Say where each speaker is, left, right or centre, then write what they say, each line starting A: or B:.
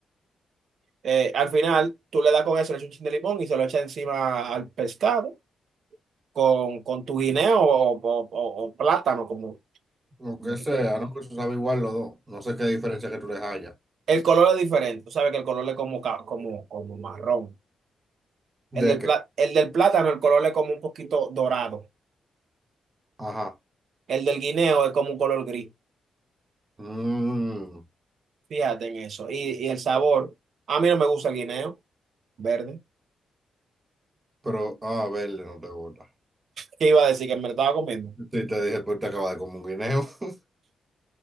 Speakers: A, on the right; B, on the right.
A: Eh, al final, tú le das con eso, le echas un chin de limón y se lo echas encima al pescado con, con tu guineo o, o- o- o plátano, como,
B: lo que
A: como tú
B: sea,
A: quieras.
B: no que se sabe igual los dos, no sé qué diferencia que tú les hayas.
A: El color es diferente, tú sabes que el color es como, ca- como, como marrón.
B: ¿De
A: El del,
B: qué?
A: pla- el del plátano, el color es como un poquito dorado.
B: Ajá.
A: El del guineo es como un color gris.
B: Mm,
A: Fíjate en eso. Y, y el sabor. A mí no me gusta el guineo verde.
B: pero, ah, verde no te gusta.
A: ¿Qué iba a decir? Que me lo estaba comiendo.
B: Sí, te dije que te acabas de comer un guineo. <laughs>